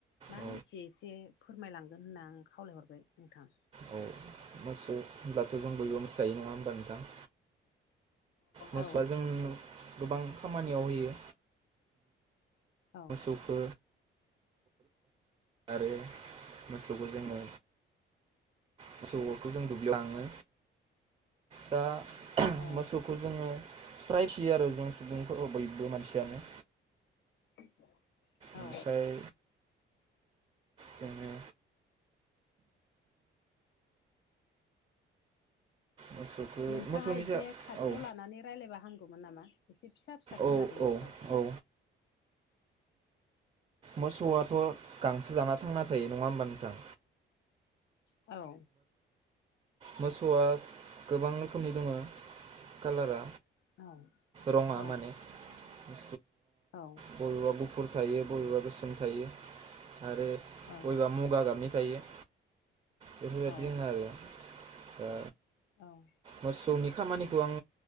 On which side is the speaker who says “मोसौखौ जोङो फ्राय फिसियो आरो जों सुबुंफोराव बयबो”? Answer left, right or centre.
Right